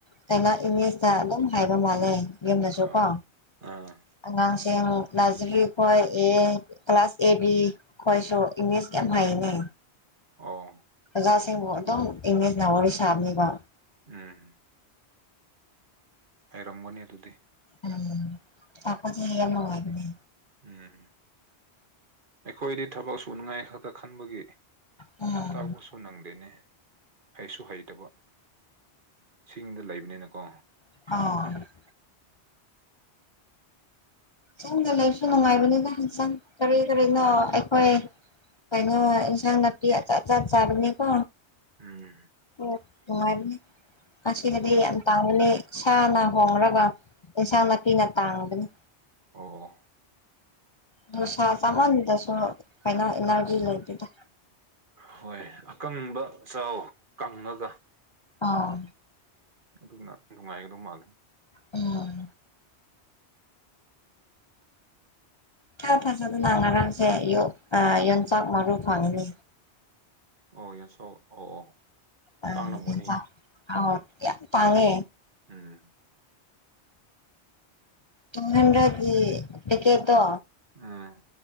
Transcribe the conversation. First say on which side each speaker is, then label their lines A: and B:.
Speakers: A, on the left; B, on the right.
A: ꯀꯩꯅꯣ ꯏꯪꯂꯤꯁꯇ ꯑꯗꯨꯝ ꯍꯥꯏꯕ ꯃꯥꯥꯟꯂꯩ ꯌꯨꯃꯗꯁꯨ
B: ꯑꯥ
A: ꯀꯣ
B: ꯑꯥ
A: ꯑꯉꯥꯡꯁꯤꯡ ꯅꯥꯖꯔꯤ ꯈꯣꯏ ꯑꯦ ꯀ꯭ꯂꯥꯁ ꯑꯦ ꯕꯤ ꯑꯩꯈꯣꯏꯁꯨ ꯏꯪꯂꯤꯁ ꯀꯌꯥꯝ ꯍꯩꯅꯤ
B: ꯑꯣ
A: ꯑꯣꯖꯥꯁꯤꯡꯕꯨ ꯑꯗꯨꯝ ꯏꯪꯂꯤꯁꯅ ꯋꯥꯔꯤ ꯁꯥꯕꯅꯤꯕ
B: ꯎꯝ ꯍꯩꯔꯝꯒꯅꯤ ꯑꯗꯨꯗꯤ
A: ꯎꯝ ꯇꯥꯛꯄꯗꯤ ꯌꯥꯝ ꯅꯨꯉꯥꯏꯕꯅꯦ
B: ꯎꯝ ꯑꯩꯈꯣꯏꯗꯤ ꯊꯕꯛ ꯁꯨꯅꯤꯉꯥꯏ ꯈꯛꯇ ꯈꯟꯕꯒꯤ
A: ꯎꯝ
B: <unintelligible> ꯅꯪꯗꯦꯅꯦ ꯍꯩꯁꯨ ꯍꯩꯇꯕ ꯆꯤꯡꯗ ꯂꯩꯕꯅꯤꯅꯀꯣ
A: ꯑꯣ ꯆꯤꯡꯗ ꯂꯩꯕꯁꯨ ꯅꯨꯡꯉꯥꯏꯕꯅꯤꯗ ꯍꯦꯟꯁꯥꯡ ꯀꯔꯤ ꯀꯔꯤꯅꯣ ꯑꯩꯈꯣꯏ ꯀꯩꯅꯣ ꯏꯟꯁꯥꯡ ꯅꯥꯄꯤ ꯑꯆꯥꯠ ꯑꯆꯥꯠ ꯆꯥꯕꯅꯤꯀꯣ
B: ꯎꯝ
A: ꯑꯣ ꯅꯨꯡꯉꯥꯏꯅꯤ ꯑꯁꯤꯒꯗꯤ
B: ꯍꯣꯏ ꯍꯣꯏ
A: ꯌꯝ <unintelligible> ꯁꯥꯅ ꯍꯣꯡꯂꯒ ꯏꯟꯁꯥꯡ ꯅꯥꯄꯤꯅ ꯇꯥꯡꯕꯅꯤ
B: ꯑꯣ
A: ꯗꯨ ꯁꯥ ꯆꯥꯃꯟꯗꯔ꯭ꯁꯨ ꯀꯩꯅ ꯏꯅꯔꯖꯤ ꯂꯩꯇꯦꯗ
B: ꯍꯣꯏ ꯑꯀꯪꯕ ꯆꯥꯎ ꯀꯪꯉꯒ
A: ꯑꯥ
B: ꯑꯗꯨꯅ ꯅꯨꯡꯉꯥꯏꯒꯗꯧ ꯃꯥꯜꯂꯦ
A: ꯎꯝ ꯥꯢꯊꯥ ꯊꯥꯖꯗꯅ ꯉꯔꯥꯡꯁꯦ ꯑꯌꯨꯛꯇ ꯌꯣꯡꯆꯥꯛ ꯃꯔꯨ ꯐꯪꯅꯤ
B: ꯑꯣ ꯌꯥꯁꯣ ꯑꯣ ꯑꯣ
A: ꯑ
B: ꯇꯥꯡꯅꯝꯒꯅꯤꯌꯦ
A: ꯌꯣꯟꯆꯥꯛ ꯑꯧ ꯌꯥꯝ ꯇꯥꯡꯉꯦ
B: ꯎꯝ
A: ꯇꯨꯝꯅꯤꯡꯔꯗꯤ
B: ꯑꯁ
A: ꯄꯦꯀꯦꯠꯇꯦ
B: ꯎꯝ